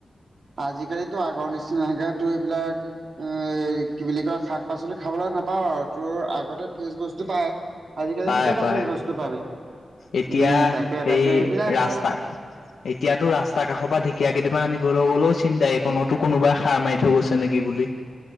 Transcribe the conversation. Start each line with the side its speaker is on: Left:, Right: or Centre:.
Right: আজিকালিতো আগৰ নিচিনাকে তোৰ এইবিলাক উম এই কি বুলি কয়, শাক পাচলি খাবলৈ নাপাওঁ আৰু তোৰ আগতে ফ্ৰেচ বস্তু পায়। আজিকালিনো
Left: পায়
Right: কৰপৰা
Left: পায়,
Right: ফ্ৰেছ বস্তু পাবি
Left: এতিয়া
Right: উম তাকে
Left: সেই
Right: তাকে এইবিলাক
Left: ৰাস্তা
Right: আৰু
Left: এতিয়াতো ৰাস্তা কাষৰ পৰা ঢেঁকীয়া কেইটামান আনিবলৈ গ'লেও চিন্তা এই কণতো কোনোবাই সাৰ মাৰি থৈ গৈছে নেকি বুলি।